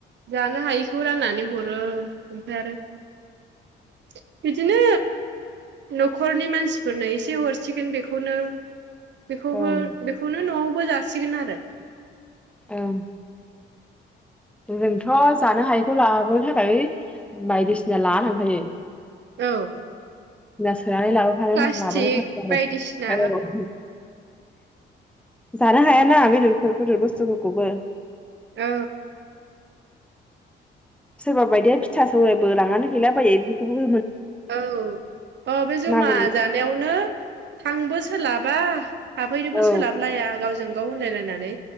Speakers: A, on the right; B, in the centre.
A: जानो हायिखौ रान्नानै हरो ओमफ्राय आरो <inaudible> बिदिनो न'खरनि मानसिफोरनो एसे हरसिगोन बेखौनो बेखौबो
B: ओं
A: बेखौनो न'आव बो जासिगोन आरो
B: ओं। जोंथ' जानो हायैखौ लाबोनो थाखाय बायदिसिना लाना थांखायो।
A: औ।
B: नास सोनानै लाबोफानो
A: प्लास्टिक
B: लाबोनो थाखाय
A: बायदिसिना
B: आरो औ। जानो हायाना बेदरौ बेदर बुस्थुफोरखौबो
A: औ।
B: सोरबा बायदिया फिथा सौरायबो लांनानै गैलाबायो बेखौबो
A: औ अ बे जमा
B: मागोनि
A: जानायावनो थांबो सोलाबा हाबहैनोबो
B: औ
A: सोलाब लाया गावजों गाव होनलायनानै